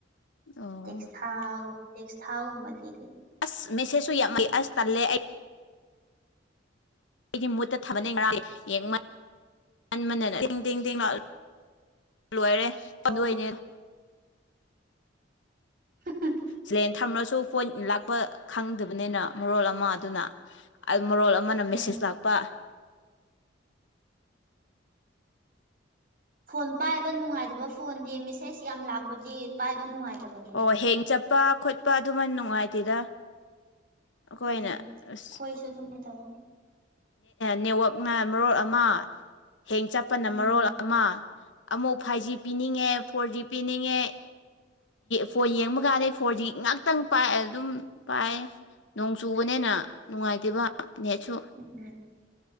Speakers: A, on the left (about 75°); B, on the right (about 50°).
A: ꯑꯣ
B: ꯇꯦꯛꯁ ꯊꯥꯕꯒꯨꯝ ꯇꯦꯛꯁ ꯊꯥꯕꯒꯨꯝꯕꯗꯤ
A: ꯑꯁ ꯃꯦꯁꯦꯖꯁꯨ ꯌꯥꯝꯃꯦ ꯑꯁ ꯇꯜꯂꯦ ꯑꯩ ꯑꯩꯗꯤ ꯃꯨꯠꯇ ꯊꯝꯕꯅꯦ ꯉꯔꯥꯡꯗꯤ ꯌꯦꯡꯃꯟꯗꯅ ꯇꯦꯡ ꯇꯦꯡ ꯂꯥꯎꯕꯅꯦ
B: ꯑꯣ
A: ꯂꯣꯏꯔꯦ
B: ꯍꯨꯝ ꯍꯨꯝ
A: ꯁꯥꯏꯂꯦꯟ ꯊꯝꯂꯁꯨ ꯐꯣꯟ ꯂꯥꯛꯄ ꯈꯪꯗꯕꯅꯤꯅ ꯃꯔꯣꯜ ꯑꯃ ꯑꯗꯨꯅ ꯃꯔꯣꯜ ꯑꯃꯅ
B: ꯎꯝ
A: ꯃꯦꯁꯦꯖ ꯂꯥꯛꯄ
B: ꯐꯣꯟ ꯄꯥꯏꯕ ꯅꯨꯡꯉꯥꯏꯇꯕ ꯐꯣꯟꯗꯤ ꯃꯦꯁꯦꯖ ꯌꯥꯝ ꯂꯥꯛꯄꯗꯤ ꯄꯥꯏꯕ ꯅꯨꯡꯉꯥꯏꯇꯕꯅꯤ
A: ꯑꯣ ꯍꯦꯡ ꯆꯠꯄ ꯈꯣꯠꯄ ꯑꯗꯨꯃꯥꯏ ꯅꯨꯡꯉꯥꯏꯇꯦꯗ ꯑꯩꯈꯣꯏꯅ
B: ꯎꯝ
A: ꯑꯁ
B: ꯈꯣꯏꯁꯨ ꯑꯗꯨꯝꯅ ꯇꯧꯋꯦ
A: ꯅꯦꯠꯋꯥꯛꯅ ꯃꯔꯣꯜ ꯑꯃ ꯍꯦꯡ ꯆꯠꯄꯅ
B: ꯎꯝ
A: ꯃꯔꯣꯜ ꯑꯃ ꯑꯃꯨꯛ ꯐꯥꯏꯚ ꯖꯤ ꯄꯤꯅꯤꯡꯉꯦ ꯐꯣꯔ ꯖꯤ ꯄꯤꯅꯤꯡꯉꯦ ꯐꯣꯟ ꯌꯦꯡꯕ ꯀꯥꯟꯗꯗꯤ ꯐꯣꯔꯖꯤ ꯉꯥꯛꯇꯪ ꯄꯥꯏ ꯑꯗꯨꯝ ꯄꯥꯏ ꯅꯣꯡ ꯆꯨꯕꯅꯤꯅ ꯅꯨꯡꯉꯥꯏꯇꯦꯕ ꯅꯦꯠꯁꯨ
B: ꯎꯝ